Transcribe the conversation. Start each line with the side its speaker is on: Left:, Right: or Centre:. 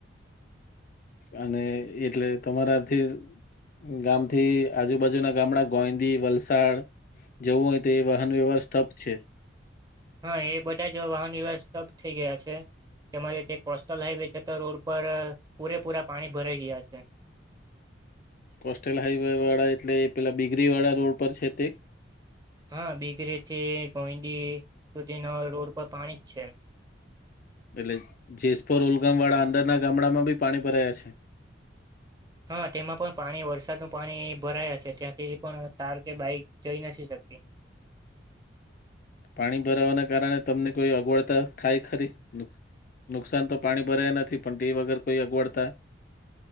Left: અને એટલે તમારાથી. ગામથી આજુબાજુ ના ગામડા ગોઈંદી વલસાડ જવું હોય તો એ વાહન વ્યવહાર સ્તપ છે.?
Right: હા એ બધા જ વાહન વ્યવહાર સ્તબધ થઈ ગયા છે. તેમજ તે કોસ્ટલ હાઈવે જતા રોડ પર પુરેપુરા પાણી ભરાઈ ગયા છે.
Left: કોસ્ટલ હાઈવે વાળા એટલે પેલા બિગરીવાળા રોડ પર છે તે?
Right: હા બીકરીથી ગોઈંદડી સુધી ન રોડ પર પાણી જ છે.
Left: એટલે જેસપુર ઉલગામ વાળા અંદરના ગામડામાં બી પાણી ભરાયા છે.
Right: હા તેમાં પણ પાણી વરસાદનું પાણી ભરાયા છે ત્યાંથી એ પણ ત કે બાઈક જઈ નથી શકતી
Left: પાણી ભરાવાના કારણે તમને કોઈ અગવડતા થાય ખરી? નુકસાન તો પાણી ભરાયા નથી પણ ટી વગર કોઈ અગવડતા?